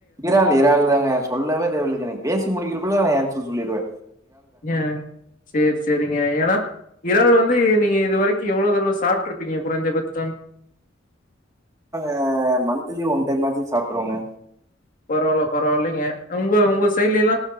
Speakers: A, on the right; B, on the left.
A: இறால் இறால் தாங்க சொல்லவே தேவயில்லைங்க எனக்கு பேசி முடிக்கிருக்குள்ள ஏய்ஞ்சு சொல்லிருவே
B: ஏ சேரி சேரிங்க ஏன்னா இறால் வந்து நீங்க இது வரைக்கு எவ்ளோ தடவ சாப்ட்டு இருப்பீங்க குறைஞ்ச பட்சம்
A: அத மந்த்லி ஒன் டைம் ஆச்சு சாப்ட்ருவோங்க
B: பரவால்ல பரவால்லைங்க உங்க உங்க சைட்லெல்லா